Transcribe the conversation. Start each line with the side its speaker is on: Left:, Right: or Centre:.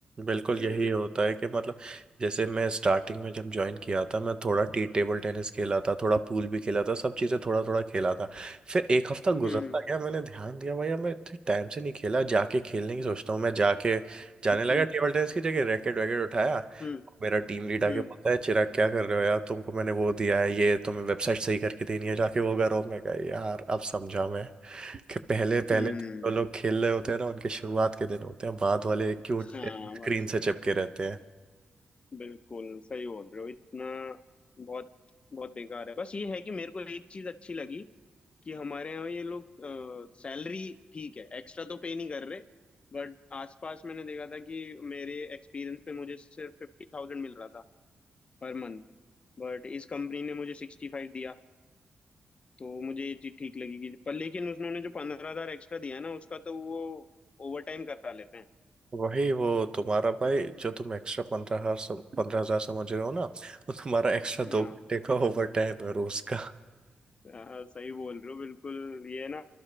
Right: बिल्कुल
Left: हम्म
Right: यही होता है कि मतलब जैसे मैं स्टार्टिंग में जब ज्वाइन किया था मैं थोड़ा टी टेबल टेनिस खेला था थोड़ा पूल भी खेला था सब चीज़ें थोड़ा थोड़ा खेला था फिर एक हफ्ता गुजरता
Left: हम्म
Right: गया मैंने ध्यान दिया भैया मैं इतने टाइम से नहीं खेला जाके खेलने की सोचता हूँ मैं जाके जाने लगा
Left: हम्म
Right: टेबल टेनिस की जगह रैकेट वैकेट उठाया
Left: हम्म
Right: मेरा टीम लीड आके
Left: हम्म
Right: बोलता है चिराग क्या कर रहे हो यार तुमको मैंने वो दिया है ये तुम्हें वेबसाइट सही करके देनी है जाके वो करो मैं कहा यार अब समझा मैं कि पहले पहले
Left: हम्म
Right: जो लोग खेल रहे होते हैं ना उनके शुरुआत के दिन होते हैं बाद वाले क्यों
Left: हाँ
Right: स्क्रीन
Left: बस
Right: से चिपके रहते हैं
Left: बिल्कुल सही बोल रहे हो इतना बहुत बहुत बेकार है बस ये है कि मेरे को एक चीज अच्छी लगी कि हमारे यहाँ ये लोग सैलरी ठीक है एक्स्ट्रा तो पे नहीं कर रहे बट आसपास मैंने देखा था कि मेरे एक्सपीरियंस पे मुझे सिर्फ फिफ्टी थाउजेंड मिल रहा था पर मंथ बट इस कंपनी ने मुझे सिक्सटी फाइव दिया तो मुझे ये चीज ठीक लगी कि पर लेकिन उन्होंने जो पंद्रह हजार एक्स्ट्रा दिया है ना उसका तो वो ओवर टाइम करा लेते हैं
Right: वही वो तुम्हारा भाई जो तुम एक्स्ट्रा पंद्रह हजार पंद्रह हजार समझ रहे हो ना वो तुम्हारा एक्स्ट्रा दो
Left: हाँ,
Right: घंटे का ओवर टाइम है रोज का
Left: हाँ सही बोल रहे हो बिल्कुल ये ना